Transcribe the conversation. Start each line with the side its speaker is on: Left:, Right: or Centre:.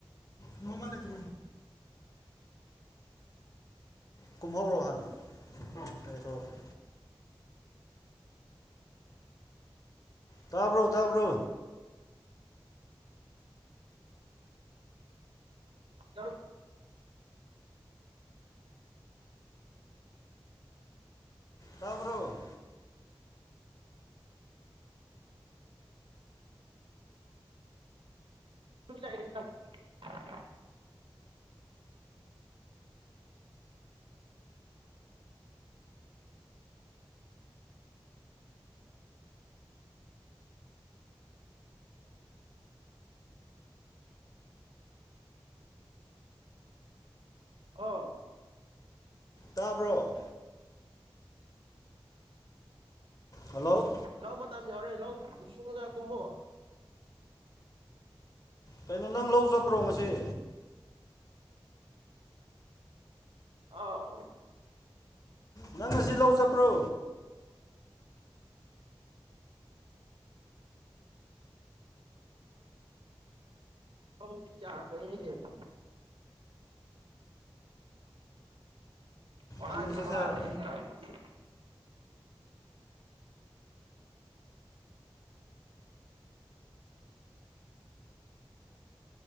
Left: ꯃꯃꯂꯦ ꯊꯣ ꯀꯨꯝꯍꯧꯔꯣ ꯍꯥꯟꯅ ꯑꯩꯀꯦ ꯇꯥꯕ꯭ꯔꯣ ꯇꯥꯕ꯭ꯔꯣ
Right: ꯅꯪ
Left: ꯇꯥꯕ꯭ꯔꯣ
Right: <unintelligible> ꯑ
Left: ꯇꯥꯕ꯭ꯔꯣ ꯍꯜꯂꯣ
Right: ꯂꯧ ꯃꯇꯝ ꯌꯥꯎꯔꯦ ꯂꯧ ꯁꯨꯉꯒ ꯀꯨꯝꯃꯣ
Left: ꯀꯩꯅꯣ ꯅꯪ ꯂꯧ ꯆꯠꯄ꯭ꯔꯣ ꯉꯁꯤꯦ
Right: ꯑꯥꯎ
Left: ꯅꯪ ꯉꯁꯤ ꯂꯧ ꯆꯠꯄ꯭ꯔꯣ
Right: ꯍꯧꯧꯗꯤ ꯆꯥꯕ <unintelligible> ꯋꯥꯥꯗꯤ
Left: ꯆꯨꯝꯅ ꯆꯠꯁꯦ
Right: ꯋꯥꯂꯦ
Left: ꯍꯥꯏꯔꯣ
Right: ꯉꯔꯥꯡꯗꯤ